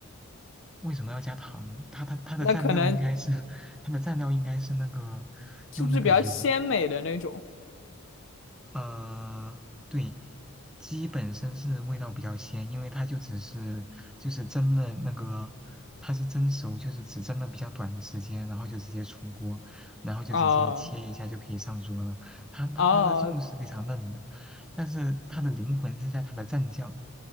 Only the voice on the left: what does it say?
那可能
是不是比较鲜美的那种？
啊
啊，